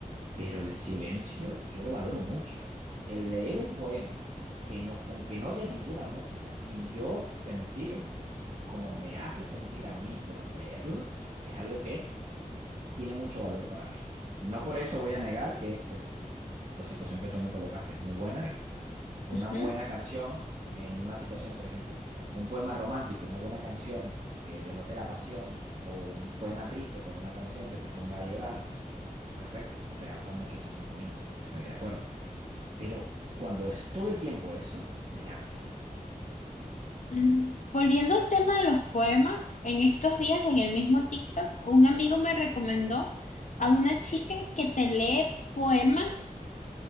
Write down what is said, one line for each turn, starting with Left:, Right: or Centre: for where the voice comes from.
Right: Pero el silencio yo lo valoro mucho. El leer un poema que no, con que no haya ninguna música y yo sentirme como me hace sentir a mí por leerlo, es algo que tiene mucho valor para mí. No por eso voy a negar que pues la situación que tú me colocaste es muy buena, una
Left: ujú.
Right: buena canción en una situación, por ejemplo, un poema romántico, una buena canción que denote la pasión o un poema triste con una canción que te ponga a llorar, pues perfecto, realza mucho ese sentimiento, estoy de acuerdo. Pero cuando es todo el tiempo eso, me cansa.
Left: Mm, Volviendo al tema de los poemas, en estos días en el mismo TikTok, un amigo me recomendó a una chica que te lee poemas